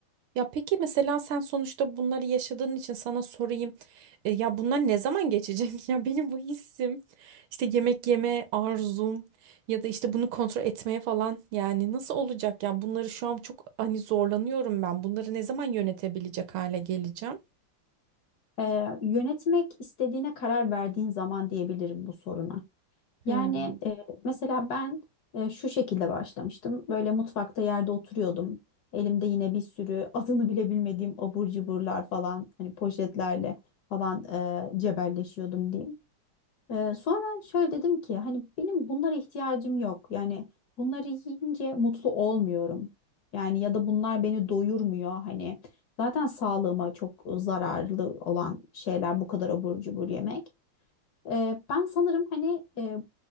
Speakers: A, on the right; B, on the left.
A: Ya peki mesela sen sonuçta bunları yaşadığın için sana sorayım. E, ya bunlar ne zaman geçecek? <laughs> Ya benim bu hissim, işte yemek yeme arzum ya da işte bunu kontrol etmeye falan yani nasıl olacak ya? Bunları şu an çok hani zorlanıyorum ben. Bunları ne zaman yönetebilecek hale geleceğim?
B: Ee, yönetmek istediğine karar verdiğin zaman diyebilirim bu soruna. Yani
A: Hmm.
B: e, mesela ben e, şu şekilde başlamıştım. Böyle mutfakta yerde oturuyordum. Elimde yine bir sürü <laughs> adını bile bilmediğim abur cuburlar falan hani poşetlerle falan e, cebelleşiyordum diyeyim. E, sonra şöyle dedim ki hani benim bunlara ihtiyacım yok. Yani bunları yiyince mutlu olmuyorum. Yani ya da bunlar beni doyurmuyor hani. Zaten sağlığıma çok zararlı olan şeyler bu kadar abur cubur yemek. Ee, ben sanırım hani e,